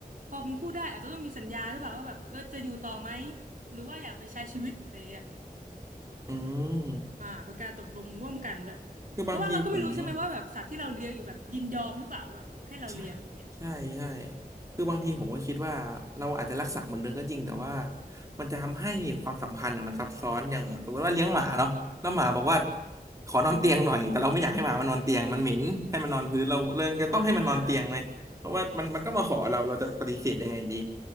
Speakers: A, on the right; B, on the right.
A: พอมันพูดได้อาจจะต้องมีสัญญาหรือเปล่าว่าแบบเออจะอยู่ต่อไหมหรือว่าอยากไปใช้ชีวิตอะไรอย่างเงี้ย
B: อืม
A: อ่าเป็นการตกลงร่วมกันด้วยเพราะว่าเราก็ไม่รู้ใช่ไหมว่าแบบสัตว์ที่เราเลี้ยงอยู่แบบยินยอมหรือเปล่าแบบให้เราเลี้ยงอย่างเงี้ย
B: คือบางทีผม ใช่ใช่ใช่คือบางทีผมก็คิดว่าเราอาจจะรักสัตว์เหมือนเดิมก็จริงแต่ว่ามันจะทำให้ความสัมพันธ์อ่ะมันซับซ้อนอย่างสมมติว่าเลี้ยงหมาเนาะแล้วหมาบอกว่าขอนอนเตียงหน่อยแต่เราไม่อยากให้หมามันนอนเตียงมันเหม็นให้มันนอนพื้นเราเลยจะต้องให้มันนอนเตียงไหมเพราะว่ามันมันก็มาขอเราเราจะปฏิเสธยังไงดี
A: อือฮึอ่า